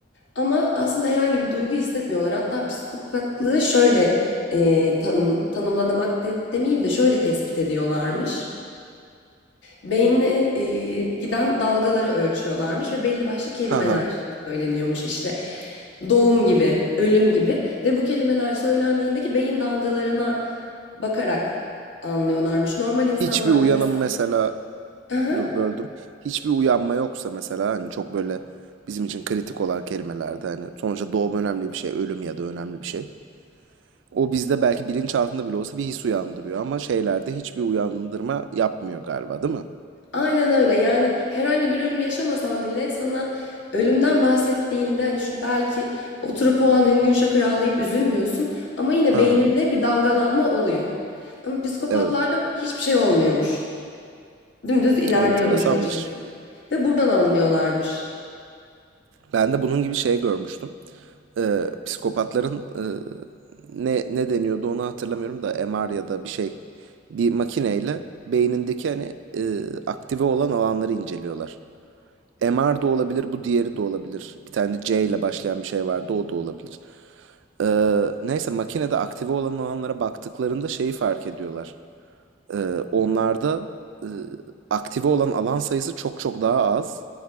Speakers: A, on the left (about 75°); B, on the right (about 75°).
A: Ama aslında herhangi bir duygu hissetmiyorlar. Hatta psikopatlığı şöyle e, tanım, tanımlamak de- demeyeyim de şöyle tespit ediyorlarmış. Beynine, eee, giden dalgaları ölçüyorlarmış ve belli başlı kelimeler
B: Ha ha.
A: söyleniyormuş. işte doğum gibi, ölüm gibi ve bu kelimeler söylendiğindeki beyin dalgalarına bakarak anlıyorlarmış. Normal insanlarda
B: Hiçbir uyanım
A: mesela.
B: mesela
A: Aha,
B: dur böldüm. Hiçbir uyanma yoksa mesela hani çok böyle bizim için kritik olan kelimelerde hani sonuçta doğum önemli bir şey, ölüm ya da önemli bir şey. O bizde belki bilinçaltında bile olsa bir his uyandırıyor ama şeylerde hiçbir uyandırma yapmıyor galiba, değil mi?
A: aynen öyle. Yani herhangi bir ölüm yaşamasan bile sana ölümden bahsettiğinde hani şu- belki oturup o an hüngür şakır ağlayıp üzülmüyorsun ama yine
B: Hı
A: beyninde
B: hı.
A: bir dalgalanma oluyor. Ama psikopatlarda
B: Evet.
A: hiçbir şey olmuyormuş. Dümdüz ilerliyormuş
B: Enteresanmış.
A: o çizgi. Ve buradan anlıyorlarmış.
B: Ben de bunun gibi şey görmüştüm. Ee, psikopatların e, ne ne deniyordu onu hatırlamıyorum da MR ya da bir şey. Bir makineyle beynindeki hani e, aktive olan alanları inceliyorlar. MR da olabilir, bu diğeri de olabilir. Bir tane C ile başlayan bir şey vardı, o da olabilir. Ee, neyse makinede aktive olan alanlara baktıklarında şeyi fark ediyorlar. Ee, onlarda e, aktive olan alan sayısı çok çok daha az